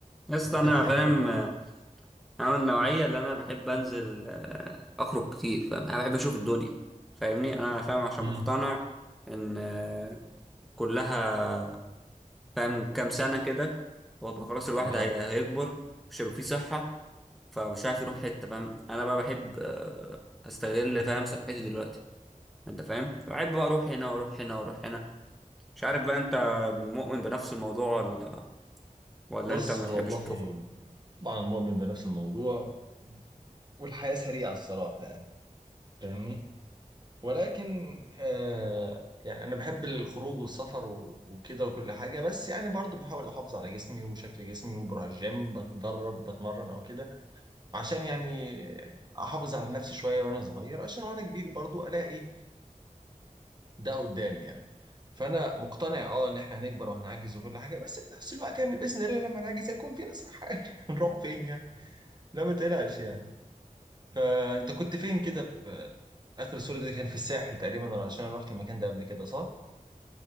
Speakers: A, in the centre; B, on the right.
A: بس
B: <laughs>
A: انا فاهم آه، عامل نوعيه اللي انا بحب انزل آه، اخرج كتير فاهم انا بحب اشوف الدنيا فاهمني انا فاهم عشان
B: مم.
A: مقتنع ان آه، كلها فاهم كام سنه كده وابقى خلاص الواحد
B: اه
A: هي... هيكبر مش هيبقى فيه صحه فمش عارف يروح حته فاهم انا بقى بحب آه، استغل فاهم صحتي دلوقتي انت فاهم فبحب بقى اروح هنا واروح هنا واروح هنا مش عارف بقى انت مؤمن بنفس الموضوع ولا ولا
B: بص
A: انت ما
B: والله
A: تحبش تخرج
B: طبعا مؤمن بنفس الموضوع والحياة سريعة الصراحة يعني فاهمني ولكن آه يعني أنا بحب الخروج والسفر و- وكده وكل حاجة بس يعني برضو بحاول أحافظ على جسمي وشكل جسمي وبروح الجيم بتدرب بتمرن أو كده عشان يعني احافظ على نفسي شويه وانا صغير عشان وانا كبير برضو الاقي ده قدامي يعني فانا مقتنع اه ان احنا هنكبر وهنعجز وكل حاجه بس في نفس الوقت يعني باذن الله لما نعجز هيكون في نصيحه يعني <laughs> هنروح فين يعني لا ما تقلقش يعني فانت كنت فين كده في اخر الصوره دي كان في الساحل تقريبا ولا عشان انا رحت المكان ده قبل كده صح؟